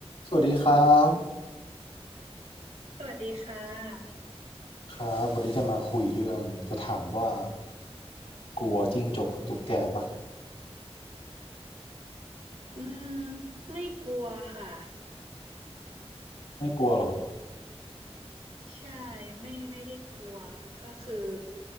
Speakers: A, on the left; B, on the right.
A: สวัสดีครับ
B: สวัสดีค่ะ
A: ครับวันนี้จะมาคุยเรื่องจะถามว่ากลัวจิ้งจกกับตุ๊กแกปะ
B: อืมไม่กลัวค่ะ
A: ไม่กลัวหรอ
B: ใช่ไม่ไม่ได้กลัว ก็คือ